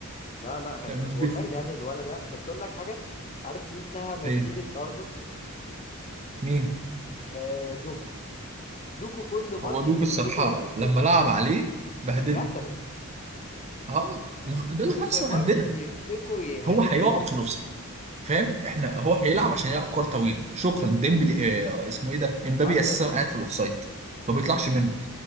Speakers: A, on the left; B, on the right.
A: لا لا خلي
B: <laughs>
A: بالك. والله
B: بس-
A: ده يعني الولد ده بس اقول لك حاجه عارف مين نهى مسيره
B: إيه،
A: ارنولد
B: مين
A: آه دوكو دوكو كل ماتش
B: هو دوك
A: يمسكه
B: الصراحه
A: يغسله
B: لما لعب عليه بهدله
A: غسله
B: اه ما هو ده
A: كل
B: اللي حصل
A: ماتش
B: عندنا
A: يمسكه يهربده
B: هو هيقعد في فاهم احنا هو هيلعب عشان يلعب كرة طويلة شكرا ديمبلي اه اسمه ايه ده امبابي
A: ايوه
B: اساسا
A: يا ابني.
B: قاعد في الاوفسايد ما بيطلعش منه